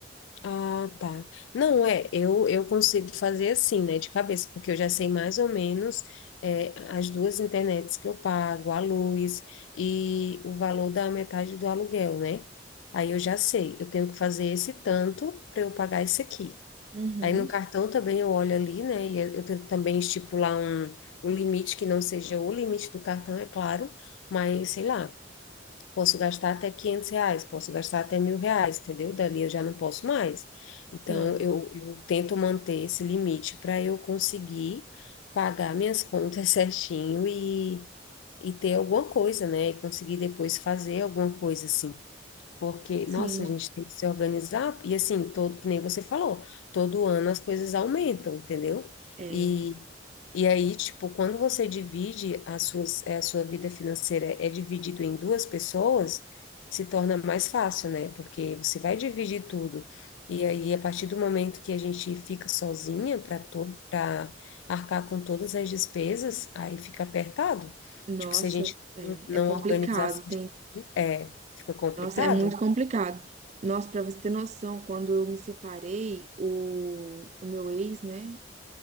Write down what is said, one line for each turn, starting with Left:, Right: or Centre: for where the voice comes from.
Left: Ah, tá. Não, é, eu, eu consigo fazer assim, né, de cabeça, porque eu já sei mais ou menos é, as duas internets que eu pago, a luz e o valor da metade do aluguel, né? Aí eu já sei, eu tenho que fazer esse tanto para eu pagar isso aqui.
Right: Uhum,
Left: Aí no cartão também eu olho ali, né, e eu eu tento também estipular um, um limite que não seja o limite do cartão, é claro, mas sei lá. Posso gastar até 500 reais, posso gastar até mil reais, entendeu? Dali eu já não posso mais. Então,
Right: sim,
Left: eu, eu tento manter esse limite para eu conseguir pagar minhas <laughs> contas certinho e, e ter alguma coisa, né? E conseguir depois fazer alguma coisa assim. Porque,
Right: sim.
Left: nossa, a gente tem que se organizar, e assim, todo, que nem você falou, todo ano as coisas aumentam, entendeu?
Right: É,
Left: E, e aí, tipo, quando você divide as suas, eh, a sua vida financeira é dividido em duas pessoas, se torna mais fácil, né? Porque você vai dividir tudo. E aí, a partir do momento que a gente fica sozinha para todo, para arcar com todas as despesas, aí fica apertado.
Right: Nossa,
Left: Tipo, se a gente
Right: é,
Left: não não
Right: é complicado,
Left: organizar certinho,
Right: tem.
Left: é, fica complicado.
Right: Nossa, é muito complicado. Nossa, para você ter noção, quando eu me separei, o, o meu ex, né?